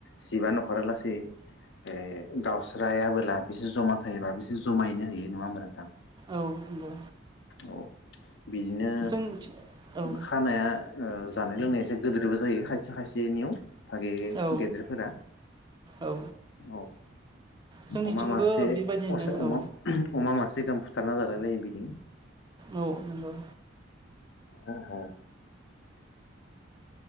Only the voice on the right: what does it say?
औ नंगौ।
जोंनिथिं औ
औ
औ
जोंनिथिंबो
बेबायदिनो
औ
औ नंगौ।